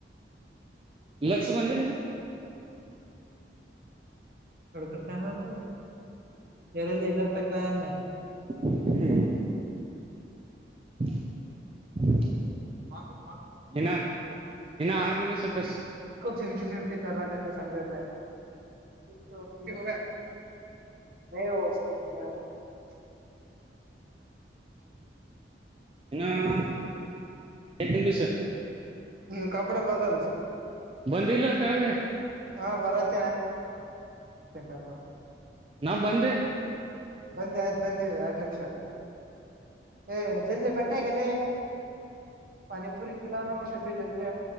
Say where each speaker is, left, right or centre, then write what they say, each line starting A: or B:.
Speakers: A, on the right; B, on the right.
A: ಲಕ್ಷ ಬಂದಿಲ್ಲೆನು?
B: ಸಡಕ <unintelligible> ಎರಲ್ಲಿ ಇದರ್ ತಕ್ಲಾಯೆನ್ನಿ
A: ಹ್ಮ್ ಹ
B: ಮಾತ <unintelligible>
A: ಇನ್ನು ಇನ್ನು ಆರು ನಿಮಿಷ ಬಸ್
B: <unintelligible> ನೀ ಸತಿ ನ <unintelligible>
A: ಇನೌ <unintelligible> ದಿನ ಪಸ
B: ಹ್ಮ್ ಕಪಡೆ ಬದಲ್ <unintelligible>
A: ಬಂದಿಲ್ಲ ಕೆಳಗೆ
B: <unintelligible> <unintelligible> ಬರತ ಕರ್ತ
A: ನಾ ಬಂದಿ
B: ಬಂದಿ ಆಯ್ತು ಬಂದಿವಿ ಎರಡ್ ನಿಮಿಷ ಹ ಜಲ್ದಿ ಬಟ್ಟ್ಯಾಕಲ್ಲೇ ಪಾನಿಪುರಿ ಕಿಲ್ಲಾರ <unintelligible> ಚಪ್ಪಿ ಜಲ್ಲಿಯ